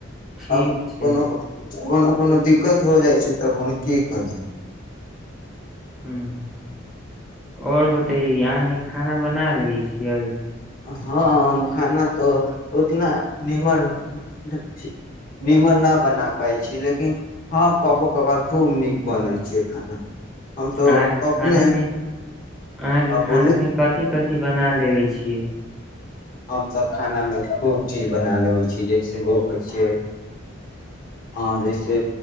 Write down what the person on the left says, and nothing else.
आ
कोनो को कोनो कोनो दिक्कत हो जाइ छै तब हम की करू
हँ हम खाना त उतना नीमन थी नीमन नहि बना पाइ छी लेकिन हँ कबो कबार खूब नीक बनै छैै खाना हम तऽ
अपने
बोली
हमसब खानामे खूब चीज बना लेबै छी जैसे हो कहै छै हँ जैसे